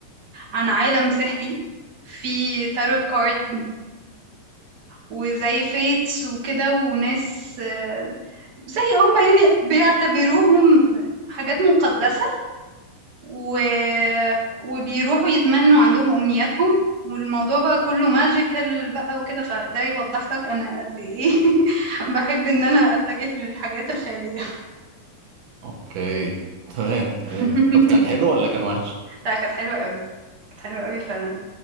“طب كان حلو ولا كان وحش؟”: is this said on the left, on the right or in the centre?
Right